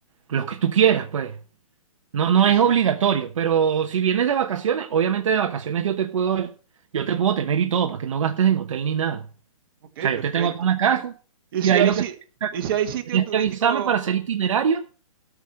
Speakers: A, on the right; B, on the right.
A: lo que tú quieras, pues. No, no
B: Sí,
A: es
B: sí.
A: obligatorio, pero si vienes de vacaciones, obviamente de vacaciones yo te puedo, yo te puedo tener y todo, para que no gastes en hotel ni nada.
B: Ok,
A: O sea,
B: perfecto.
A: yo te tengo acá en la casa
B: Y
A: y
B: si
A: ahí
B: hay,
A: lo
B: si-
A: que...
B: y si hay sitios
A: Tenías
B: turísticos,
A: que avisarme para hacer itinerario,